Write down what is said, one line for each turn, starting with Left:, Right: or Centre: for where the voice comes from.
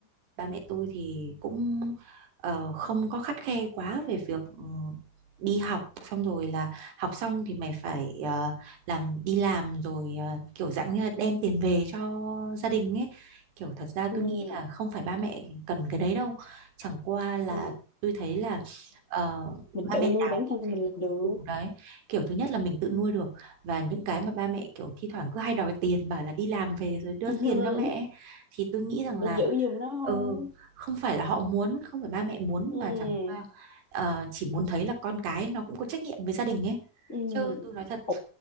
Right: ba mẹ tôi thì cũng ờ, không có khắt khe quá về việc ừ, đi học xong rồi là học xong thì mày phải ờ, làm đi làm rồi ờ, kiểu dạng như là đem tiền về cho gia đình ấy kiểu thật ra
Left: ừ.
Right: tôi nghĩ là không phải ba mẹ cần cái đấy đâu chẳng qua là
Left: anh-
Right: tôi thấy là ờ,
Left: Mình
Right: ba
Left: tự
Right: mẹ
Left: nuôi
Right: nào
Left: bản thân mình là được,
Right: Ừ, đấy kiểu thứ nhất là mình tự nuôi được và những cái mà ba mẹ kiểu thi thoảng cứ hay đòi tiền bảo là đi làm về rồi đưa
Left: <laughs>
Right: tiền cho mẹ ấy, thì tôi nghĩ rằng
Left: để
Right: là
Left: giữ giùm nó thôi.
Right: ừ, không phải là họ muốn không phải ba mẹ muốn
Left: ừ
Right: mà chẳng qua ờ, chỉ muốn thấy là con cái nó cũng có trách nhiệm với gia đình ấy
Left: ừ
Right: chứ tôi nói thật
Left: Ủa,